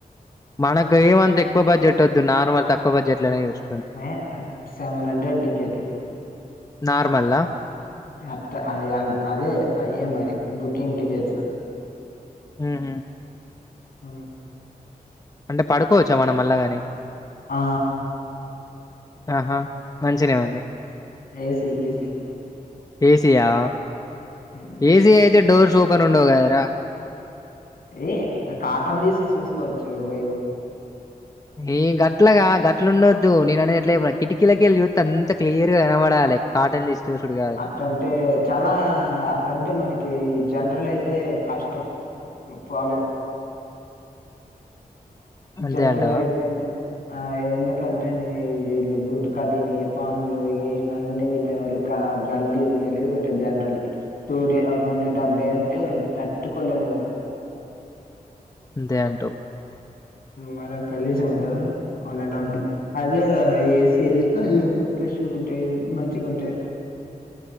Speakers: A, on the left; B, on the left.
A: మనకేం అంత ఎక్కువ బడ్జెట్ వద్దు నార్మల్ తక్కువ బడ్జెట్ లోనే చూస్
B: ఏ సెవెన్ హండ్రెడ్ టికేటు
A: నార్మల్ దా
B: అట్ట అంత అదే అయే మరి బుకింగ్ టికెట్స్
A: ముహు
B: ఆ
A: అంటే పడుకోవచ్చా మనం మళ్ళగానీ
B: ఆ
A: ఆహా మంచినే ఉంది
B: ఏసి ఏసి
A: ఏసి ఆ
B: హ్మ్.
A: ఏసి అయితే డోర్స్ ఓపెన్ ఉండవు కదరా
B: ఏ కాటన్ తీసి చూసుకోవచ్చు వైబు
A: ఏ గట్లగాదు గట్లుండద్దు నేననేది ఎట్ల కిటికీలకెళ్ళి చూస్తే అంత క్లియర్ గా కనబడాల్ లైక్ కాటన్ చూసుడు కాదు
B: అట్టంటే చాలా అట్టంటే మనకి జనరల్ అయితే అయితే కష్టం పోలెం
A: అంతే
B: జనరల్
A: అంటావా
B: లో అయితేనే ఆ ఎందుకంటే నీ వీళ్ళు గుట్కా తిని పాన్లు గీన్లు అన్ని తినేది వాళ్ళు గలీజ్ గలీజ్ ఉంటాయ్ general two day one and half day అంటే తట్టుకోలేము కూడా
A: అ అంతే అంటావ్
B: మరొ గలీజ్ ఉండదు వన్ అండ్ ఆఫ్ డే అదే ఏసి అయితే షూట్ వైబ్ మంచిగుంటే